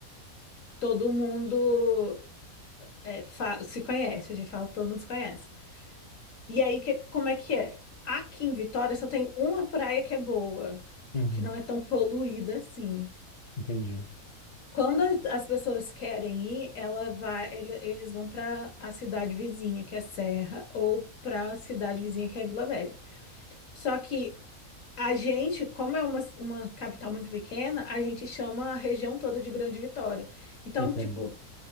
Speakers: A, on the left; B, on the left.
A: todo mundo é, fa- se conhece. A gente fala que todo mundo se conhece. E aí, que, como é que é? Aqui em Vitória só tem uma praia que é boa,
B: Uhum.
A: que não é tão poluída assim.
B: Entendi.
A: Quando as as pessoas querem ir, ela vai, ele- eles vão para a cidade vizinha, que é Serra, ou para a cidade vizinha, que é Vila Velha. Só que a gente, como é uma, uma capital muito pequena, a gente chama a região toda de Grande Vitória. Então,
B: Entendo.
A: tipo,